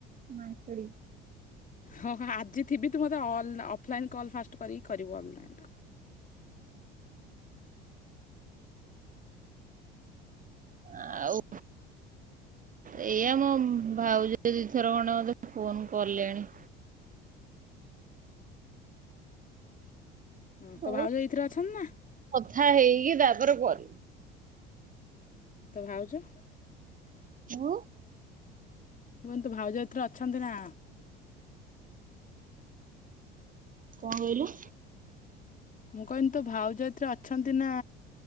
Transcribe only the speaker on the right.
ମାଙ୍କିଡି।
ଆଉ ଏଇଆା ମୋ ଭାଉଜ ଦିଇଥର ଖଣ୍ଡେ ମତେ ଫୋନ କଲେଣି।
ହଉ
କଥା ହେଇକି ତାପରେ କରିବି।
ଉଁ?
କଣ କହିଲ?